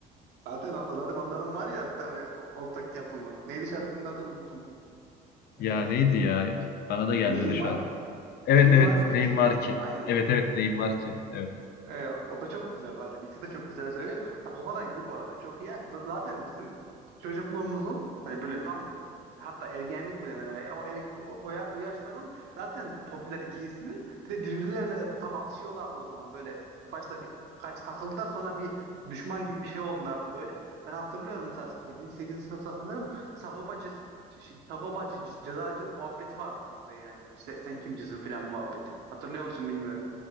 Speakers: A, on the right; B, on the left.
A: Zaten zaten onların var ya bir tane ortak yapımı. Neydi şarkının adı unuttum.
B: Ya
A: Ee,
B: neydi ya? Bana da gelmedi
A: neyim
B: şu
A: var
B: an. Evet
A: neyim
B: evet
A: var ki
B: neyim
A: değil mi?
B: var ki?
A: Aynen.
B: Evet evet neyim
A: Ee,
B: var ki? Evet.
A: Ee, o da çok güzel zaten. İkisi de çok güzel söylüyor. Sagopa da iyi bu arada. Çok iyi. Z- Zaten bizim çocukluğumuzun hani böyle tam hatta ergenlik mi denir? Yani o, er- o, o, ya- o yaşların zaten popüler iki ismi. Bir de birbirleriyle tam atışıyorlardı o zaman. Böyle ilk başta bir kaç takıldılar sonra bir düşman gibi bir şey oldulardı böyle. Ben hatırlıyorum mesela 7. 8. sınıfta sanırım Sagopacı Sagopacı ce- cezacı muhabbeti vardı bizde yani. İşte sen kimcisin falan muhabbeti. Hatırlıyor musun bilmiyorum.